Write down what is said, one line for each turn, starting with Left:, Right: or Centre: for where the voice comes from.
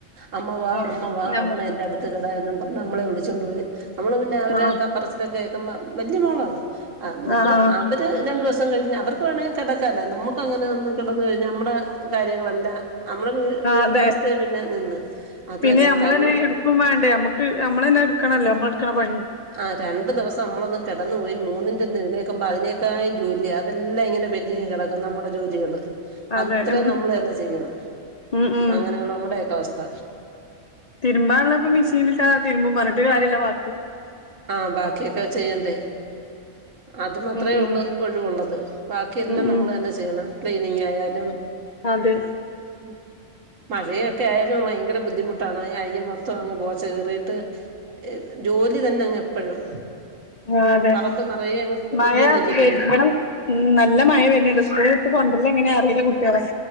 Right: അമ്മ വാ
Left: അതെ
Right: അമ്മ വാ
Left: ഞമ്മ
Right: അമ്മ എന്റെ അടുത്ത് കെട എന്നും പറഞ്ഞ് നമ്മളെ വിളിച്ചോണ്ട് പോയി നമ്മള് പിന്നെ അവരെക്കെ
Left: ആഹ്
Right: പറച്ചിലൊക്കെ കേക്കുമ്പ വല്യ മോളാന്ന് എന്നിട്ട്
Left: ആഹ്
Right: അവര് രണ്ട് ദിവസം കഴിഞ്ഞ് അവർക്ക് വേണെ കെടക്കാലോ നമുക്കങ്ങനെ ഒന്ന് കെടന്ന് കഴിഞ്ഞാ അമ്മടെ കാര്യങ്ങളെല്ലാം നമ്മളെ വീ വീടിന്റെ
Left: ആഹ് അതെ
Right: അവസ്ഥയെ പിന്നെ നിന്ന് അതുവല്ല
Left: പിന്നെ നമ്മളന്നെ
Right: പനി
Left: എടുക്കും വേണ്ടേ നമ്മുക്ക് നമ്മള തന്നെ എടുക്കണല്ലോ നമ്മള് എടുക്കണ പണി
Right: ആ രണ്ട് ദിവസം നമ്മളൊന്ന് കിടന്നു പോയി മൂന്നിന്റെ അന്ന് എഴുന്നേക്കുമ്പോ അതിനേ തക്കായും ജോലി അതെല്ലാം ഇങ്ങനെ പെന്റിംഗ് കിടക്കും നമ്മുടെ ജോലികള്
Left: അതെ
Right: അതിത്രെം
Left: ഉം
Right: നമ്മളന്നെ ചെയ്യണം
Left: ഉം ഉം
Right: അങ്ങനെയാണ് നമ്മുടെക്കെ അവസ്ഥ
Left: തിരുമ്പാള്ളപ്പ മിഷീനിട്ടാ തിരുമ്പും പറഞ്ഞിട്ട് കാര്യല്ല ബാ
Right: ആ ബാക്കിയൊക്കെ ചെയ്യണ്ടേ അത് മാത്രമേ
Left: ഉം ഉം
Right: ഉള്ളൂ ഒഴിവുള്ളത് ബാക്കി എല്ലാം
Left: ഉം
Right: നമ്മൾ
Left: ഉം
Right: തന്നെ ചെയ്യണം ക്ലീനിങ് ആയാലും
Left: അതെ
Right: ഹം മഴയൊക്കെ ആയാലും ഭയങ്കര ബുദ്ധിമുട്ടാണ് അയ്യ മൊത്തം അങ്ങ് പോച്ച കിറിട്ട് ജോലി തന്നെങ്ങ് എപ്പോഴും
Left: ആ അതെ
Right: പറമ്പ് നിറയെ അങ്ങ്
Left: മഴ
Right: പുല്ല് കിളിക്കത്തില്ലേ
Left: വരണം ഇവിടെ നല്ല മഴ വരുന്നുണ്ട് സ്കൂള് വിട്ട് കൊണ്ടുവരല് എങ്ങനാന്ന് അറിയില്ല